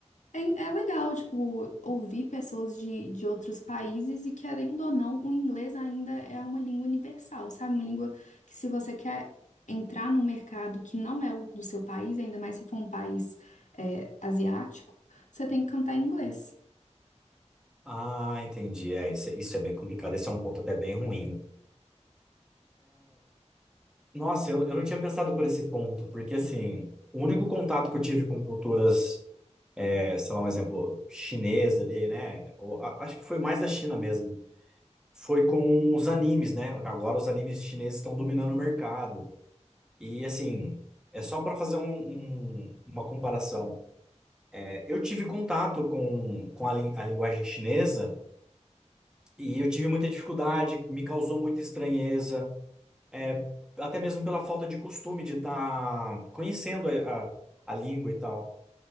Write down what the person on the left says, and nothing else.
é, é legal, tipo, ouvir pessoas de, de outros países e, querendo ou não, o inglês ainda é uma língua universal, sabe? Uma língua que, se você quer entrar num mercado que não é o do seu país, ainda mais se for um país, é, asiático, você tem que cantar em inglês.